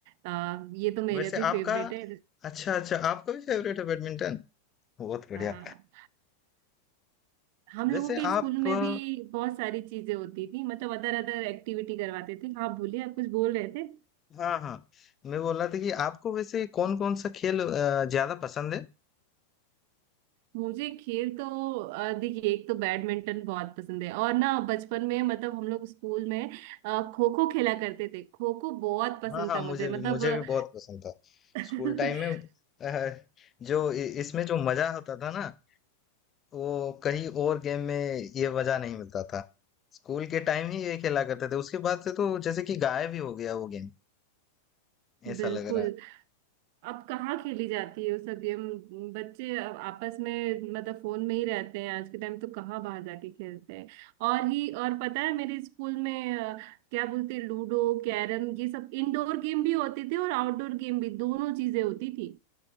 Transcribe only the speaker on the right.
आ, ये तो मेरा
भी
फेवरेट है
हाँ हम
लोगों के
स्कूल में
भी बहुत सारी चीजें होती थी मतलब अदर अदर एक्टिविटी करवाते थे हाँ बोलिए आप कुछ बोल रहे थे
मुझे खेल तो अ, देखिए एक तो बैडमिंटन बहुत पसंद है और ना बचपन में मतलब हम लोग स्कूल में खो खो खेला करते थे खो खो बहुत पसंद
था
मुझे मतलब
<laughs>
बिल्कुल
अब कहाँ खेली जाती है वो सब गेम बच्चे अब आपस में मतलब फोन में ही रहते हैं आज के टाइम तो कहाँ बाहर जाके खेलते हैं और ही और पता है मेरे स्कूल में अ, क्या बोलते हैं लूडो कैरम ये सब इंडोर गेम भी होते थे और आउटडोर गेम भी दोनों चीजें होती थी